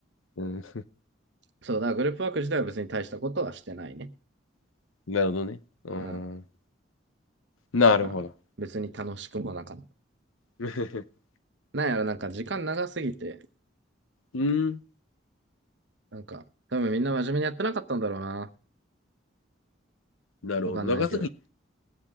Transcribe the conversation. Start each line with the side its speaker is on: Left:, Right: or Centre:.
Left: うん、
Right: そうだ、グループワーク自体は別に大したことはしてないね。
Left: <laughs> なるほどね。うん、
Right: うん
Left: なるほど。
Right: まあ、別に楽しくもなかった。
Left: <laughs>
Right: なんやろ、なんか時間長すぎて、
Left: うん、
Right: なんか、多分みんな真面目にやってなかったんだろうな。
Left: なるほど。
Right: わかんないけど。
Left: 長すぎ。